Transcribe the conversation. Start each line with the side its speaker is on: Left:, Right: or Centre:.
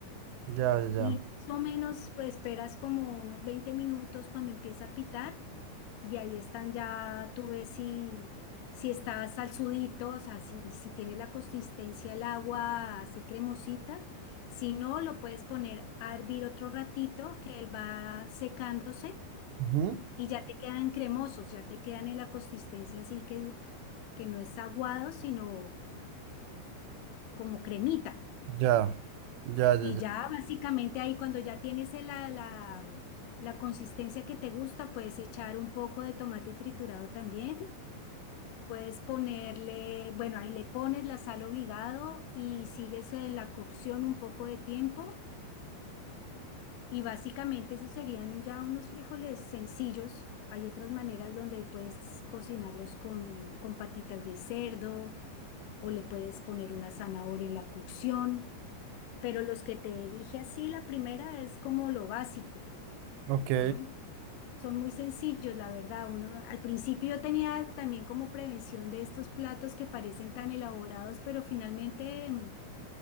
Right: Ya, ya, ya.
Left: Y más o menos pues, esperas como unos 20 minutos cuando empieza a pitar y ahí están ya, tú ves si, si está salsudito, o sea, si, si tiene la consistencia el agua así cremosita. Si no, lo puedes poner a hervir otro ratito que él va secándose
Right: Ujú.
Left: y ya te quedan cremosos, ya te quedan en la consistencia así que, que no es aguado, sino como cremita.
Right: Ya, ya, ya,
Left: Y
Right: ya.
Left: ya básicamente ahí cuando ya tienes el- la, la, la consistencia que te gusta, puedes echar un poco de tomate triturado también. Puedes ponerle, bueno, ahí le pones la sal obligado y sigues en la cocción un poco de tiempo. Y básicamente esos serían ya unos frijoles sencillos. Hay otras maneras donde puedes cocinarlos con, con patitas de cerdo o le puedes poner una zanahoria en la cocción. Pero los que te dije así, la primera es como lo básico,
Right: Ok,
Left: ¿no? Son muy sencillos, la verdad. Uno, al principio yo tenía también como prevención de estos platos que parecen tan elaborados, pero finalmente mm,